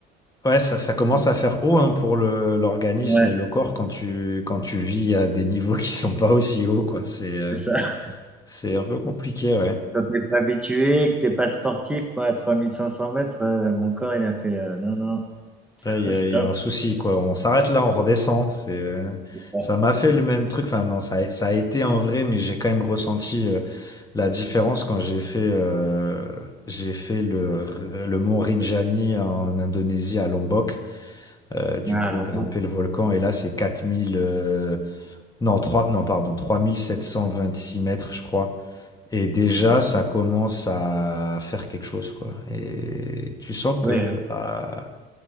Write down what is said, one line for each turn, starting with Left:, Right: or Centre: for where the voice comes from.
Left: Ouais, ça, ça commence à faire haut hein, pour le l'organisme
Centre: Ouais.
Left: et le corps quand tu quand tu vis à des niveaux <laughs> qui sont pas aussi hauts, quoi. C'est euh,
Centre: C'est ça.
Left: C'est un peu compliqué, ouais.
Centre: <laughs> Quand t'es pas habitué que t'es pas sportif, moi, à trois mille cinq cents mètres, heu, mon corps, il a fait, heu: «Non, non, <laughs>
Left: Là, il y
Centre: stop».
Left: a, il y a un souci, quoi. On s'arrête là, on redescend. C'est, euh,
Centre: Ouais.
Left: ça m'a fait le même truc. Enfin, non, ça, a- ça a été en vrai, mais j'ai quand même ressenti euh, la différence quand j'ai fait, euh, j'ai fait le, le mont Rinjani en Indonésie, à Lombok. Euh, du
Centre: Ah,
Left: coup,
Centre: l'embout.
Left: grimper le volcan. Et là, c'est 4000... euh, non, 3 non, pardon, 3726 mètres, je crois. Et déjà,
Centre: Mmh
Left: ça
Centre: mh.
Left: commence à faire quelque chose, quoi. Et tu sens
Centre: Ouais,
Left: que,
Centre: hein.
Left: bah,